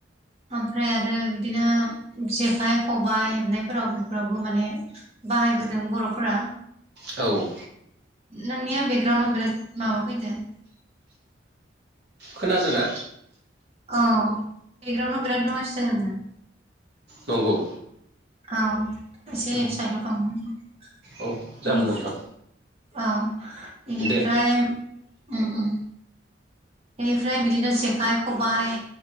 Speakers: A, on the right; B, on the right.
A: ओमफ्राय आरो बिदिनो जेखाइ खबाइ हेबनायफोराव बेफोरावबो माने बाहायबोदों बर'फोरा
B: औ
A: नोंनिया बेकग्राउडनाव बिराद माबा फैदो ।
B: खोनादोंना?
A: औ बेकग्राउडनाव बिराद नयस जादों दां
B: नंगौ
A: औ एसे
B: औ
A: साइडआव थां बेनिफ्रा
B: औ जागोन नोंथां
A: औ इनिफ्राय
B: दे
A: उम उम बेनिफ्राय बिदिनो जेखाइ खबाइ